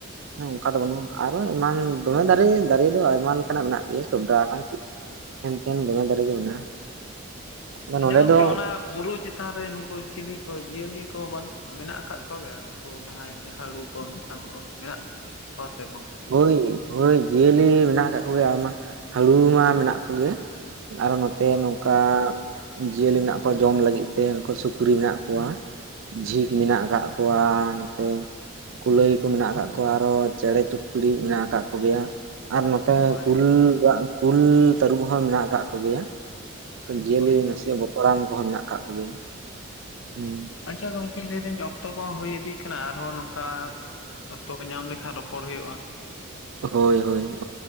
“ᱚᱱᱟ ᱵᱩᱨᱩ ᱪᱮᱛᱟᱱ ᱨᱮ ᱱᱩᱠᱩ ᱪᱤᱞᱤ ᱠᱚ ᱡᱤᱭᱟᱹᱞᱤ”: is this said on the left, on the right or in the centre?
Left